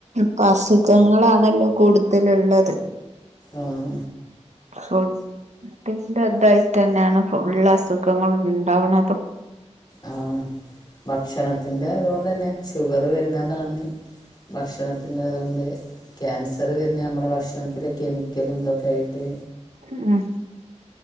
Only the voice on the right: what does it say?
ഇപ്പസുഖങ്ങളാണല്ലോ കൂടുതലുള്ളത്
ഫുഡിന്റ്തായിട്ടെന്നെയാണ് ഫുള്ളസുഖങ്ങള്ണ്ടാവ്ണതും
ഉം